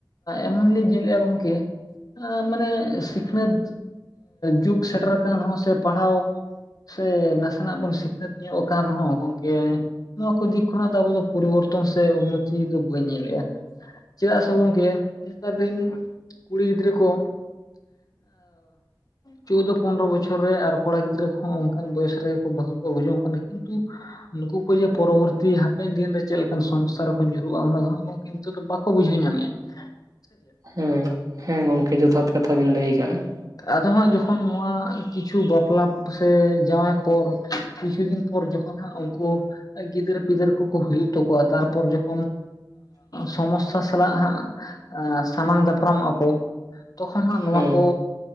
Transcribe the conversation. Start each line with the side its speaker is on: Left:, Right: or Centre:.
Left: ᱮᱢᱚᱱ ᱞᱤᱧ ᱧᱮᱞᱮᱜᱼᱟ ᱜᱚᱝᱠᱮ ᱢᱟᱱᱮ ᱥᱤᱠᱷᱱᱟᱹᱛ ᱡᱩᱜᱽ ᱥᱮᱴᱮᱨ ᱟᱠᱟᱱ ᱨᱮᱦᱚᱸ ᱥᱮ ᱯᱟᱲᱦᱟᱣ ᱥᱮ ᱱᱟᱥᱮᱱᱟᱜ ᱵᱚᱱ ᱥᱤᱠᱷᱱᱟᱹᱛ ᱧᱚᱜ ᱟᱠᱟᱱ ᱨᱮᱦᱚᱸ ᱜᱚᱝᱠᱮ ᱱᱚᱣᱟ ᱠᱚ ᱫᱤᱠ ᱠᱷᱚᱱᱟᱜ ᱫᱚ ᱟᱵᱚ ᱫᱚ ᱯᱚᱨᱤᱵᱚᱨᱛᱚᱱ ᱥᱮ ᱩᱱᱱᱚᱛᱤ ᱫᱚ ᱵᱟᱹᱧ ᱧᱮᱞᱮᱜᱼᱟ ᱾ ᱪᱮᱫᱟᱜ ᱥᱮ ᱜᱚᱝᱠᱮ ᱱᱮᱛᱟᱨ ᱫᱤᱱ ᱠᱩᱲᱤ ᱜᱤᱫᱨᱟᱹ ᱠᱚ ᱪᱳᱣᱫᱚ ᱯᱚᱱᱨᱚ ᱵᱚᱪᱷᱚᱨ ᱨᱮ ᱟᱨ ᱠᱚᱲᱟ ᱜᱤᱫᱽᱨᱟᱹ ᱠᱚᱦᱚᱸ ᱚᱱᱠᱟᱱ ᱵᱚᱭᱮᱥ ᱨᱮ ᱵᱟᱹᱦᱩ ᱠᱚ ᱟᱹᱜᱩ ᱡᱚᱝ ᱠᱟᱱᱟ ᱾ ᱠᱤᱱᱛᱩ ᱱᱩᱠᱩ ᱡᱮ ᱯᱚᱨᱚᱵᱚᱨᱛᱤ ᱦᱟᱯᱮᱱ ᱫᱤᱱ ᱨᱮ ᱪᱮᱫ ᱞᱮᱠᱟᱱ ᱥᱚᱝᱥᱟᱨ ᱨᱮᱠᱚ ᱧᱩᱨᱩᱜᱼᱟ ᱚᱱᱟ ᱫᱚ ᱦᱟᱸᱜ ᱜᱚᱝᱠᱮ ᱱᱤᱛᱚᱜ ᱫᱚ ᱵᱟᱠᱚ ᱵᱩᱡᱷᱟᱹᱣ ᱧᱟᱢᱮᱜᱼᱟ ᱾
Right: ᱦᱮᱸ ᱦᱮᱸ ᱜᱚᱝᱠᱮ ᱡᱚᱛᱷᱟᱛ ᱠᱟᱛᱷᱟ ᱵᱤᱱ ᱞᱟᱹᱭ ᱟᱠᱟᱜ-ᱟ ᱾
Left: ᱟᱫᱚ ᱦᱟᱸᱜ ᱡᱚᱠᱷᱚᱱ ᱱᱚᱣᱟ ᱠᱤᱪᱷᱩ ᱵᱟᱯᱞᱟ ᱥᱮ ᱡᱟᱶᱟᱭ ᱯᱚᱨ ᱠᱤᱪᱷᱩ ᱫᱤᱱ ᱯᱚᱨ ᱡᱚᱠᱷᱚᱱ ᱦᱟᱸᱜ ᱩᱱᱠᱩ ᱜᱤᱫᱟᱹᱨ ᱯᱤᱫᱟᱹᱨ ᱠᱚᱠᱚ ᱦᱩᱭᱩᱜ ᱛᱟᱠᱚᱣᱟ ᱛᱟᱨᱯᱚᱨ ᱡᱚᱠᱷᱚᱱ ᱥᱚᱢᱚᱥᱥᱟ ᱥᱟᱞᱟᱜ ᱦᱟᱸᱜ ᱥᱟᱢᱟᱝ ᱫᱟᱯᱨᱟᱢᱚᱜ ᱟᱠᱚ ᱾ ᱛᱚᱠᱷᱚᱱ ᱦᱟᱸᱜ ᱱᱚᱣᱟ
Right: ᱦᱮᱸ
Left: ᱠᱚ